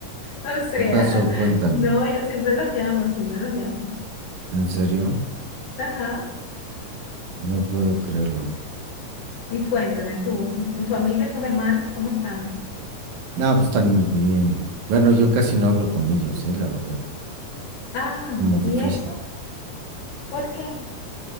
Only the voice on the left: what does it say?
O sea,
<laughs> no, yo siempre los llamo, siempre los llamo.
Ajá.
Y cuéntame, tú, tu familia, tus hermanas, ¿cómo están?
Ah,
¿y eso? ¿Por qué?